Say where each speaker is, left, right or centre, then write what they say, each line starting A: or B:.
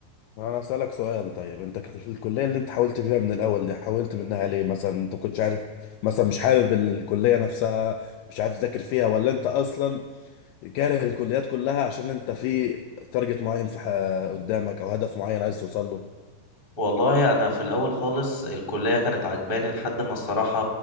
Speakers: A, on the left; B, on the left.
A: ما انا اسألك سؤال طيب انت ك- في الكلية اللي انت حاولت فيها من الاول دي حاولت منها ليه مثلا انت كنتش عارف مثلا مش حابب الكلية نفسها مش عارف تذاكر فيها ولا انت اصلا كاره الكليات كلها عشان انت في تارجت معين في ح- قدامك او هدف معين عايز توصل له
B: والله انا في الاول خالص الكلية كانت عجباني لحد ما الصراحة